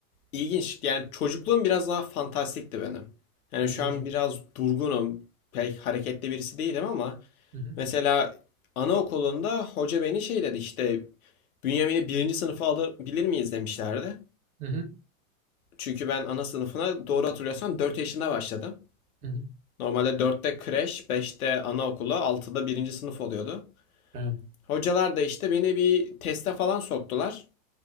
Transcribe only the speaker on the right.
Ne
gibi?
Hı hı,
hı hı,
hı hı,
aynen.